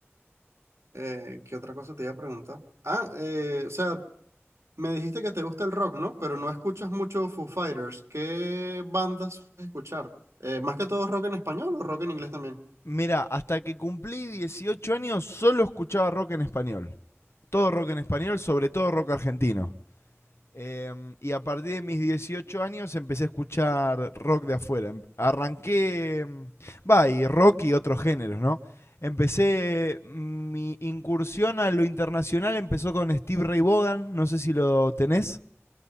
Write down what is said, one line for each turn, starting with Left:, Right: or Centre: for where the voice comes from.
Right: eh, ¿qué otra cosa te iba a preguntar? Ah, eh, o sea, Me dijiste que te gusta el rock, ¿no? Pero no escuchas mucho Foo Fighters. ¿Qué bandas sueles escuchar? Eh, más que todo rock en español o rock en inglés también.
Left: Mira, hasta que cumplí 18 años solo escuchaba rock en español. Todo rock en español, sobre todo rock argentino. Em, y a partir de mis 18 años empecé a escuchar rock de afuera. Em- Arranqué, em, va, y rock y otros géneros, ¿no? Empecé, mi incursión a lo internacional empezó con Steve Ray Vaughan, no sé si lo tenés.